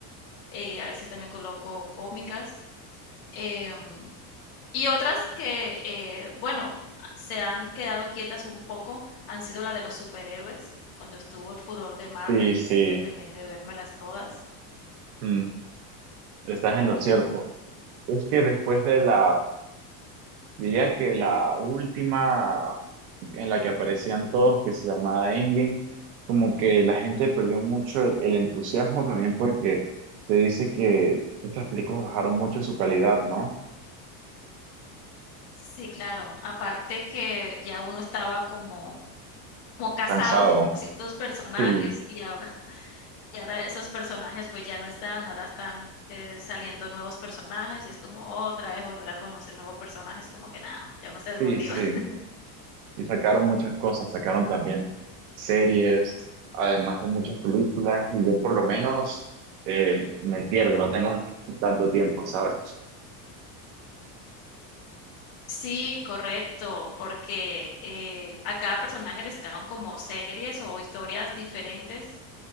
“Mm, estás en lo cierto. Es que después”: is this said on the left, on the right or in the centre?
Right